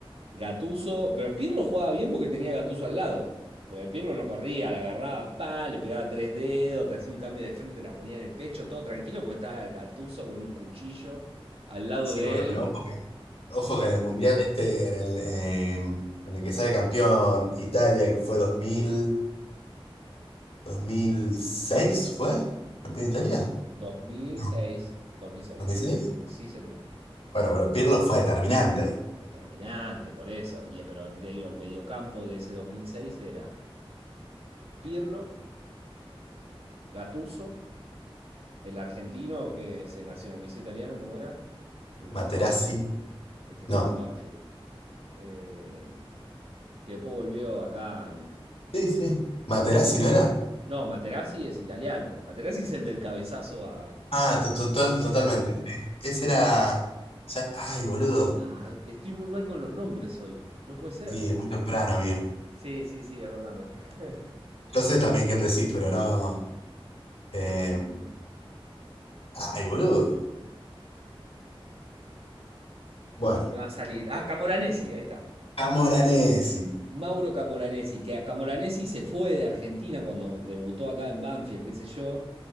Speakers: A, on the right; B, on the left.
A: Gattuso pero Pirlo jugaba bien porque tenía a Gattuso al lado. Porque Pirlo no corría, la agarraba, pa, le pegaba tres dedos, te hacía un cambio de frente, te la ponía en el pecho, todo tranquilo, porque estaba Gattuso con un cuchillo al lado
B: sí,
A: de
B: boludo,
A: él.
B: pero ojo que, ojo que en el Mundial este, en el, eh, en el que sale campeón Italia, que fue 2000, 2006, ¿fue? ¿Campeón Italia?
A: dos dos mil
B: No,
A: seis dos mil seis
B: ¿2006?
A: Sí, señor.
B: Bueno, boludo, Pirlo fue determinante ahí.
A: Determinante, por eso. Y, pero te digo, el mediocampo de ese 2006 era Pirlo, Gattuso el argentino que se nacionalizó italiano, ¿cómo era? El
B: Materazzi,
A: que juega en Banfield. El que juega
B: no.
A: en Banfield. Eh, que después volvió acá y...
B: Sí, sí. ¿Materazzi no era?
A: No, Materazzi es italiano. Materazzi es el del cabezazo a,
B: Ah, to- total,
A: a Zidane.
B: totalmente. Eh, Ese era... ya- Ay, boludo.
A: Ah, estoy muy mal con los nombres hoy. No puede ser.
B: Sí, es muy temprano, amigo.
A: Sí, sí, sí, es verdad. no. <laughs>
B: Yo sé también quién decís, pero no... Eh,
A: Eh,
B: ay, boludo. Bueno,
A: ¿Cómo no me va a salir? Ah, Camoranesi, ahí está.
B: Camoranesi.
A: Mauro Camoranesi, que a Camoranesi se fue de Argentina cuando debutó acá en Banfield, qué sé yo.